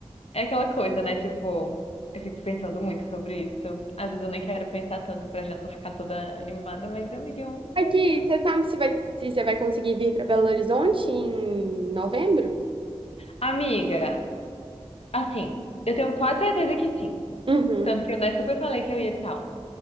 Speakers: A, on the left; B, on the right.
A: É aquela coisa, né? Tipo, eu fico pensando muito sobre isso. Às vezes eu nem quero pensar tanto pra já não ficar toda animada, mas amiga, eu amo
B: Aqui,
A: viajar.
B: você sabe se vai, se você vai conseguir vir para Belo Horizonte em novembro?
A: Amiga, assim, eu tenho quase certeza que sim.
B: Uhum.
A: Tanto que eu, né, super falei que eu ia e tal.